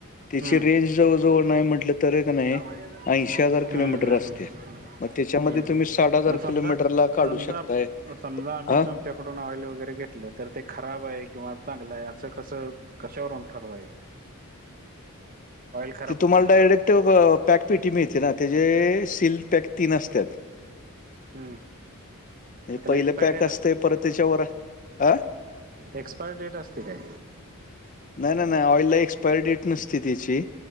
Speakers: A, on the left (about 35°); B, on the right (about 40°).
A: त्याची
B: हम्म
A: रेंज जवळ जवळ नाही म्हटलं. तर का नाही
B: हम्म
A: ऐंशी हजार
B: हम्म्
A: किलोमीटर असते
B: हम्
A: मग त्याच्यामध्ये
B: हम्
A: तुम्ही साठ हजार
B: म समजा.
A: किलोमीटरला काढू
B: समजा
A: शकताय
B: समजा आम्ही
A: हा
B: तुम तच्याकडून ऑइल वगैरे घेतलं तर ते खराब आहे किंवा चांगलं आहे असं कसं. कशावरून ठरवायच.
A: <inaudible>
B: खराब
A: ती तुम्हाला
B: होत नाही
A: डायरेक्ट पॅक पेटी मिळते ना त्याचेे सिल् पॅक तीन असतात.
B: हम्म. त्याला
A: पहिले
B: एक्सपायर
A: पॅक
B: डेट
A: असते परत त्याच्यावर अं.
B: एक्सपायरी डेट असते काय.
A: नाही नाही नाही ऑईलला एक्सपायरी डेट नसते तिची.